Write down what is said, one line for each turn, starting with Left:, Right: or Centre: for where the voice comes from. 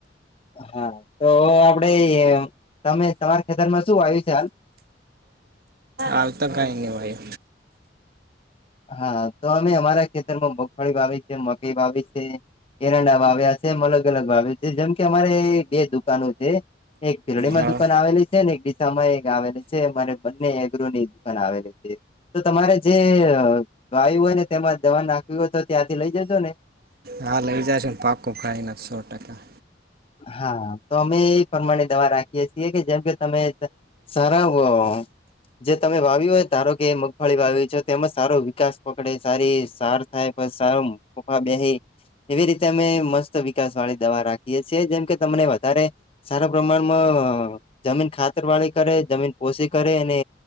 Left: હા, તો આપડે તમે તમારા ખેતરમાં શું આવ્યું છે હાલ?
Right: આવતા કંઈ નહીં, ભાઈ.
Left: હા, તો અમે અમારા ખેતરમાં મગફળી વાવી, મકાઈ વાવી છે. એરંડા ભાવે હશે એમ, અલગ અલગ વાવે. જેમ કે, અમારે બે દુકાનો છે. એક ફિરડીમાં
Right: હા
Left: દુકાન આવેલી છે ને એક સમય એક આવેલી છે. મારે બંને એગ્રની દુકાન આવેલી છે. તો તમારે જે વાયુ હોય ને, તેમાં જવાન નાખ્યું હોય તો ત્યાંથી લઈ જજો ને.
Right: હા, લઈ જશે ને. પાકો ખાઈને, સો ટકા.
Left: હા, તો અમે એ પ્રમાણે દવા રાખીએ છીએ, કે જેમ કે તમે સરાવો <unintelligible> જે તમે વાવ્યું હોય, ધારો કે મગફળી વાવી છે, તેમાં સારો વિકાસ પકડે, સારી સાર થાય. સારો, બે એવી રીતે અમે મસ્ત વિકાસ વાળી દવા રાખીએ. છે, જેમ કે તમને વધારે સારા પ્રમાણમાં જમીન ખાતર વાળી કરે, જમીન પોષી કરે ને